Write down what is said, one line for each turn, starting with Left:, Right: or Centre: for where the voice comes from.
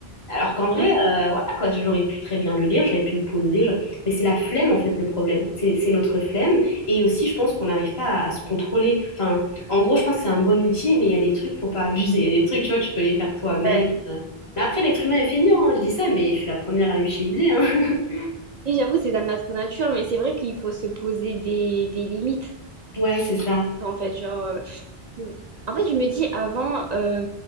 Left: Alors qu'en vrai,
Right: Mhm.
Left: euh, voilà quoi, j'aurais pu très bien le lire, j'aurais pu me poser, je- mais c'est la flemme en fait le problème. C'est c'est notre flemme et aussi je pense qu'on n'arrive pas à, à se contrôler. Enfin, en gros, je pense que c'est un bon outil, mais il y a des trucs, faut pas <laughs> abuser. Il y a des trucs, tu vois, tu peux les faire toi-même.
Right: Ouais.
Left: Euh, Mais après, l'être humain est feignant, hein, je dis ça, mais je suis la première à l'utiliser. hein. <laughs>
Right: Oui, j'avoue, c'est dans notre nature, mais c'est vrai qu'il faut se poser des, des limites,
Left: Ouais, c'est ça.
Right: en fait, genre... euh, Mais En fait, je me dis avant, euh,